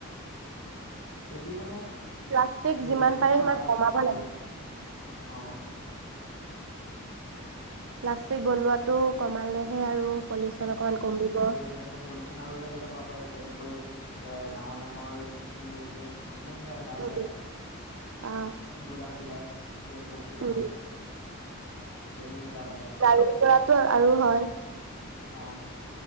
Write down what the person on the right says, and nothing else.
প্লাষ্টিক
যিমান
পাৰে সিমান
কমাব
লাগে।
প্লাষ্টিক বনোৱাটো কমালেহে আৰু পলিউচন
অকমান কমিব
উম, আহ,
উম।
গাড়ী চলাটো আৰু হয়।